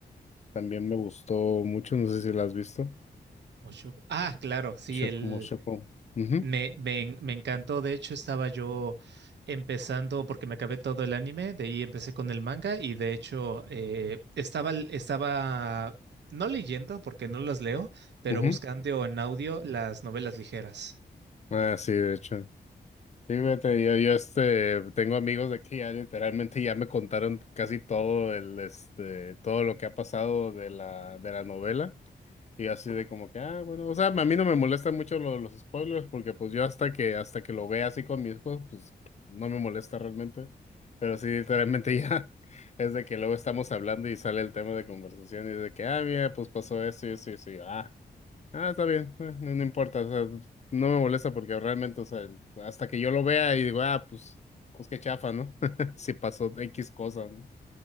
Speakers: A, on the left; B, on the right.
A: también me gustó mucho, no sé si la has visto.
B: Ocho- Ah, claro, sí,
A: Mushoku,
B: el
A: Mushoku. Ujú,
B: Me, me, en- me encantó, de hecho estaba yo empezando porque me acabé todo el anime, de ahí empecé con el manga y de hecho eh, estaba, l- estaba no leyendo porque no los leo, pero
A: ujú.
B: buscando en audio las novelas ligeras.
A: Ah, sí, de hecho. Sí, fíjate, yo, yo este, tengo amigos de que ya literalmente ya me contaron casi todo el, este, todo lo que ha pasado de la, de la novela. Y yo así de como que, ah, bueno, o sea, a mí no me molestan mucho lo- los spoilers porque pues yo hasta que, hasta que lo vea así con mis hijos, pues no me molesta realmente. Pero sí, literalmente ya <laughs> es de que luego estamos hablando y sale el tema de conversación y de que, ah, mira, pues pasó esto y esto y esto. Ah, está bien, eh, no, no importa, o sea, no me molesta porque realmente, o sea, hasta que yo lo vea y digo, ah, pues, pues qué chafa, ¿no? <laughs> Si pasó X cosa, ¿no?